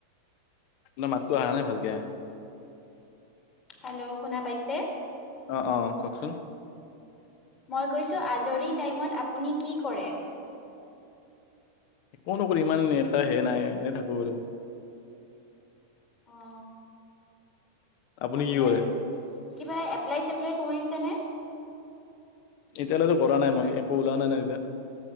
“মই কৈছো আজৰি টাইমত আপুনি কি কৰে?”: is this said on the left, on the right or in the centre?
Left